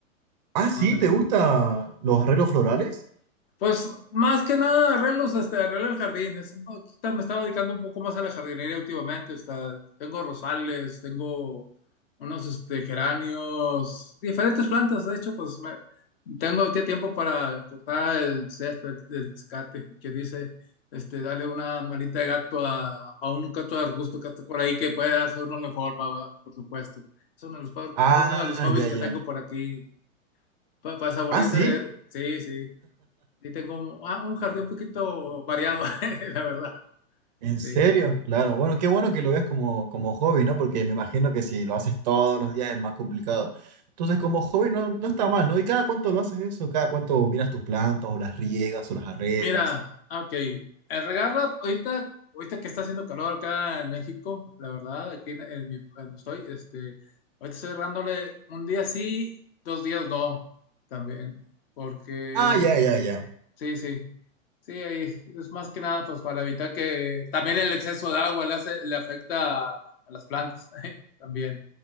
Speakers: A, on the right (about 35°); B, on the left (about 45°).
A: Ah, sí,
B: Ándale.
A: ¿te gustan los arreglos florales?
B: Pues más que nada arreglos, este, arregla el jardín. Es- no, ahorita me estaba dedicando un poco más a la jardinería últimamente. está- tengo rosales, tengo unos este, geranios, diferentes plantas. De hecho, pues me- tengo ahorita tiempo para cortar el césped, el zacate, como quien dice, este, darle una manita de gato a, a un gato de arbusto que esté por ahí que pueda hacer uno la forma, ¿va? Por supuesto. Es uno de los, par-
A: Ah,
B: uno de los hobbies
A: ya,
B: que
A: ya.
B: tengo por aquí. Pa- Para, aburrirse,
A: Ah, sí.
B: sí, sí. Sí, tengo ah, un jardín un poquito variado, <laughs> la verdad.
A: ¿En
B: Sí.
A: serio? Claro. Bueno, qué bueno que lo veas como, como hobby, ¿no? Porque me imagino que si lo haces todos los días es más complicado. Entonces, como hobby no, no está mal, ¿no? ¿Y cada cuánto lo haces eso? ¿Cada cuánto miras tus plantas o las riegas o las arreglas?
B: Mira, ah, ok. El regarla, ahorita, ahorita que está haciendo calor acá en México, la verdad, aquí en, en mi- donde estoy, este, ahorita estoy regándole un día sí, dos días no, también. Porque
A: Ah, ya, ya, ya.
B: Sí, sí. Sí, ahí es más que nada pues para evitar que también el exceso de agua le hace- le afecta a, a las plantas <laughs> también.